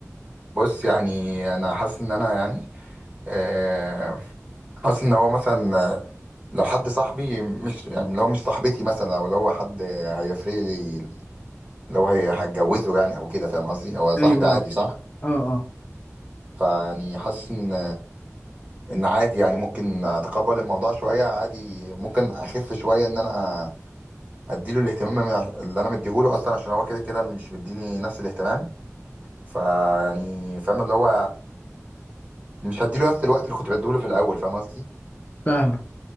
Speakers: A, on the right (about 25°); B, on the left (about 30°).
A: بص يعني انا حاسس ان انا يعني آه، حاسس ان هو مثلا لو حد صاحبي مش يعني لو مش صاحبتي مثلا او لو هو حد هيفرق لي لو هي هتجوزه يعني او كده فاهم قصدي هو صاحبي
B: ايوه
A: عادي صح
B: اه اه
A: فيعني حاسس ان ان عادي يعني ممكن اتقبل الموضوع شويه عادي ممكن اخف شويه ان انا اديله الاهتمام اللي انا مديهوله اصلا عشان هو كده كده مش مديني نفس الاهتمام فيعني فاهم اللي هو مش هديله نفس الوقت اللي كنت بديهوله في الاول فاهم قصدي
B: فاهمك